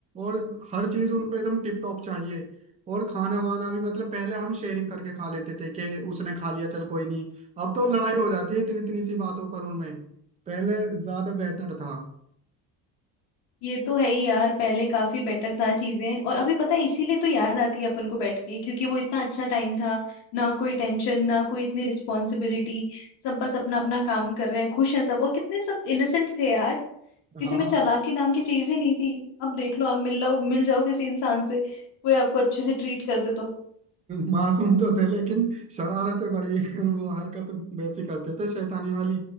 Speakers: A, on the right; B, on the left.
A: और हर चीज उनको एकदम टिप टॉप चाहिए और खाना वाना भी मतलब पहले हम शेयरिंग करके खा लेते थे कि उसने खा लिया चल कोई नहीं अब तो
B: हम्म
A: लड़ाई हो जाती है इतनी इतनी सी बातों पर उनमें पहले ज्यादा बेहतर था
B: ये तो है ही यार पहले काफी बेटर था चीजें और अभी पता है इसीलिए तो याद आती है अपन को बैठ के क्योंकि वो इतना अच्छा टाइम था ना कोई टेंशन ना कोई इतनी रिस्पॉन्सिबिलिटी सब बस अपना अपना काम कर रहे हैं खुश हैं सब और कितने सब इनोसेंट थे यार किसी
A: हाँ
B: में चालाकी नाम की चीज ही नहीं थी अब देख लो आप मिल लो मिल जाओ किसी इंसान से कोई आपको अच्छे से ट्रीट कर दे तो
A: मासूम तो थे लेकिन शरारतें बड़ी <laughs> वो हरकत वैसी करते थे शैतानी वाली